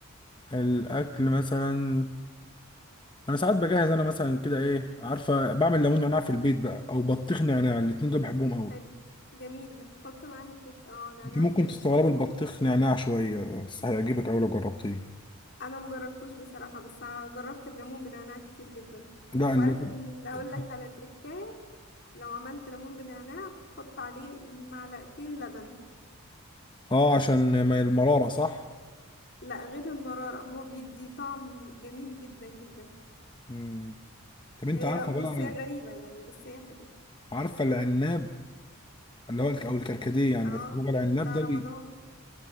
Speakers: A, on the left; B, on the left.
A: الاكل مثلا انا ساعات بجهز انا مثلا كده ايه عارفه بعمل ليمون نعناع في البيت بقى او بطيخ نعناع الاتنين دول بحبهم قوي
B: حلو جميل ده تحط معاه حتة اه نعناع
A: انت ممكن
B: فريش
A: تستغرب
B: كده
A: البطيخ نعناع شويه بس هيعجبك قوي لو جربتيه
B: انا مجربتوش بصراحة بس جربت الليمون بنعناع كتير جدا
A: لا إن-
B: وعارف اللي
A: <laughs>
B: اقول لك على تركاية لو عملت ليمون بنعناع حط عليه معلقتين لبن
A: اه عشان ما المراره صح
B: لا غير المرارة هو بيدي طعم جميل جدا جدا
A: مم. طب انت
B: هي
A: عارفه بقى
B: بص هي غريبة يعني بس هي حلوة
A: عارفه العناب اللي هو الك- او الكركديه يعني
B: اه
A: بس هو العناب
B: بتاع
A: ده
B: رمضان
A: بي...